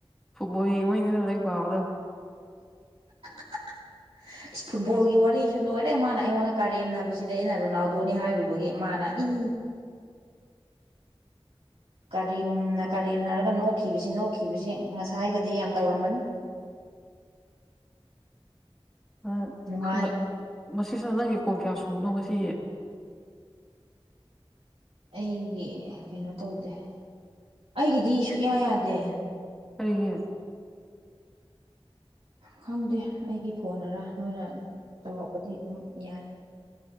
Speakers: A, in the centre; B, on the right.
A: ꯐꯨꯠꯕꯣꯜ ꯌꯦꯡꯕꯩꯅꯤꯅꯦ ꯂꯥꯏꯔꯤꯛ ꯄꯥꯕꯗ
B: <unintelligible> ꯐꯨꯠꯕꯣꯜꯒꯤ ꯋꯥꯔꯤꯁꯨ ꯂꯣꯏꯔꯦ ꯃꯥꯅ ꯑꯩꯉꯣꯟꯗ ꯀꯥꯔꯦꯝꯅꯕꯁꯤꯗ ꯑꯩꯅ ꯔꯣꯅꯥꯜꯗꯣꯅꯤ ꯍꯥꯏꯔꯨꯕꯒꯤ ꯃꯥꯅ ꯏ ꯀꯔꯤꯝꯅ ꯀꯔꯤꯝꯅꯔꯒ ꯅꯣꯛꯈꯤꯕꯁꯤ ꯅꯣꯛꯈꯤꯕꯁꯤ ꯉꯁꯥꯏꯒꯗꯤ ꯌꯥꯝ ꯇꯧꯔꯝꯕꯅꯤ
A: ꯑ <unintelligible>
B: ꯅꯨꯡꯉꯥꯏ
A: ꯃꯁꯤꯁꯤꯅ ꯅꯪꯒꯤ ꯀꯣꯜ ꯀꯌꯥ ꯁꯨꯕꯅꯣ ꯉꯁꯤ
B: ꯑꯩꯒꯤ ꯀꯩꯅꯣ ꯇꯧꯗꯦ ꯑꯩꯒꯤꯗꯤ ꯁꯨꯛꯌꯥ ꯌꯥꯗꯦ
A: ꯀꯔꯤꯒꯤ
B: ꯈꯪꯗꯦ ꯑꯩꯒꯤ ꯐꯣꯟ ꯑꯔ ꯅꯣꯏꯅ ꯇꯧꯔꯛꯄꯗꯤ ꯑꯗꯨꯝ ꯌꯥꯏ